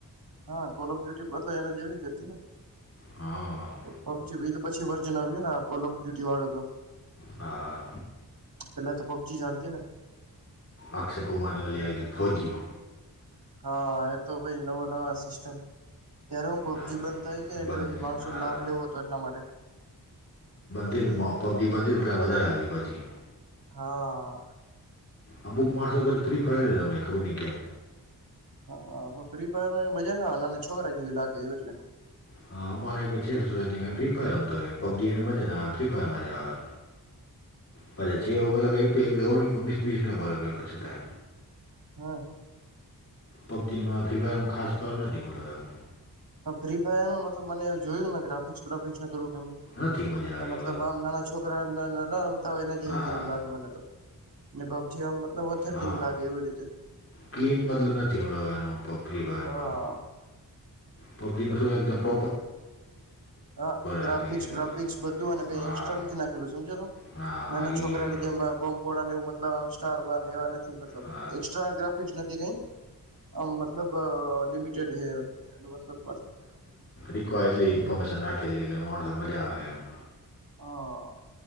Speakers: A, on the right (about 55°); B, on the left (about 35°).
A: હા કોલ ઓફ ડ્યુટી બતલ એને જેવી જતી ને
B: હા
A: પબજી તો પછી વર્જન આવ્યું ને ડુટી વાળો હતો
B: હા
A: પેલા તો પબજી ચાલતી ને
B: અક્ષ કમાને વાી આઈ ફોજી
A: હા એતો ભાઈ નવો નવા સિસ્ટસ્ટમ ત્યારે હું પબજી
B: ના બ-
A: બંધ થાય ગઈ એટલે
B: બંધ
A: પછી
B: થઈ
A: માણસો
B: હા
A: લાભ લેવો હતો એટલા માટે
B: કેર મા જે પબ્જી બધી વધારે હાલી પછી.
A: હા.
B: અમુક માણરો પછી ફ્રી ફાયર જ રમે, ખબર નહીં કેમ?
A: હા પણ ફ્રી ફાયરમા મજા નો આવે નાનાં છોકરા જેવી લાગે એ એટલે.
B: હા અમારે એક છે સોસાયટીમાં એ ફ્રી ફાયર રમતાં હોય એમ પબ્જી એને મજા ના આવે ફ્રી ફાયરમા જ આવે. પાછ છે એવો મતલબ એક તો એક ઓણીસીસ વીસને બરાબર કછુ થાય.
A: હ.
B: પબજીમાં, ફ્રી ફાયરમાં ખાસ ફરક નથી મતલબ એમ.
A: ફ્રી ફાયરનું મતલબ મને જોયુંને ગ્રાફિક્સ વ્રાફિક્સ થોડુંક એમ
B: નથી મજા આવી
A: તો મતલબ આમ નાનાં છોકરાને નતા તા એના જેવી
B: હા
A: ગેમ લાગે મને તો ને પબજી આમ. મતલબ ઓથેન્ટિક
B: હા
A: લાગે એવી રીતે.
B: ક્લીન મતલબ નથી મતલબ એનો ફ્રી ફાયરમા.
A: હા
B: પબ્જીમા શું હોર કે પ
A: હા ગ્રાફિકસ
B: રાખેલી એ લોકોએ
A: બ્રાફિક્સ બધું અને કઈ
B: હા
A: એકસ્ટ્રા નથી નાખેલું સમજ્યો તું?
B: હા હા
A: નાના
B: એ
A: છોકરાની
B: મતલબ
A: જેમ બોમ્બ ગોળાને એવું મતલબ સ્ટાર બાર એવા નથી મતલબ
B: હા
A: એ કસ્ટ્રા ગ્રાફિક્સ નથી કંઈ અ મતલબ લિમિટ ટેડ હે એનો મતલબ
B: રિક્વાયર્ડલી ઈન્ફોર્મેશન રાખેલી એટલે મોણહ મજા આવે એમ.
A: અ